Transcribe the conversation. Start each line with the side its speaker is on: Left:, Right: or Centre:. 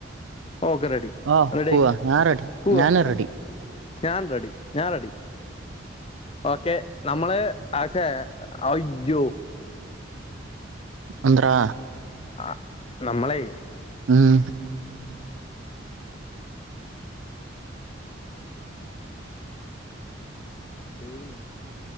Left: ഓക്കെ റെഡി
Right: ആഹ്
Left: റെഡി
Right: പോവാ ഞാൻ റെഡി
Left: പൂവാം.
Right: ഞാനും റെഡി
Left: ഞാൻ റെഡി ഞാൻ റെഡി. ഓക്കെ നമ്മള് ആക്ഷേ അയ്യോ.
Right: അന്ത്ര
Left: ആ നമ്മളെ
Right: ഉം
Left: തേക്ണ്.